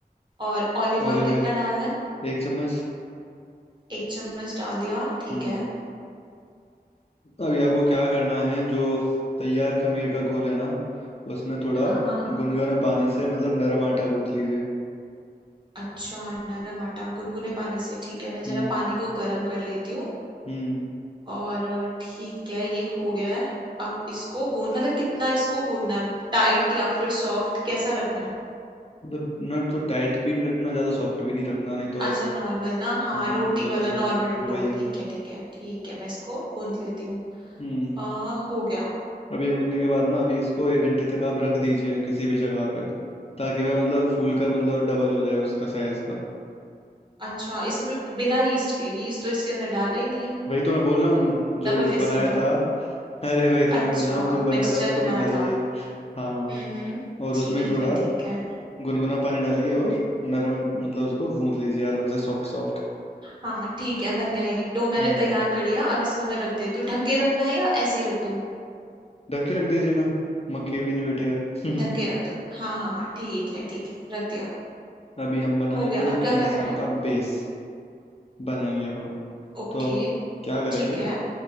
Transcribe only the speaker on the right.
और ऑलिव
ऑयल
कितना डालना है
एक चम्मच डाल दिया ठीक
है
हाँ हाँ
अच्छा नरम आटा गुनगुने पानी से ठीक है मैं
जरा पानी को गर्म कर लेती हूँ
और ठीक है ये हो गया है अब इसको गून मतलब कितना इसको गूंदना है टाइट या फिर सॉफ्ट कैसा रखना है
अच्छा
नॉर्मल ना हाँ
रोटी
वाला नॉर्मल डो
ठीक है ठीक है ठीक है मैं इसको गूंद लेती हूँ
आ हो गया
अच्छा इसमें बिना यीस्ट के यीस्ट तो इसके अंदर डाला ही नहीं है
डबल कैसे
होगा
अच्छा
वो
मिक्सचर
बनाया
था
हम्म हम्म
ठीक
है ठीक है
हाँ ठीक है बन गया ये डो मैंने
तैयार कर लिया अब इसको मैं रख देती हूँ ढक के रखना है या ऐसे ही रख दूँ
ढक के रख दो हाँ हाँ हाँ ठीक है ठीक है रख दिया
हो गया अब क्या
करना
है
ओके
ठीक है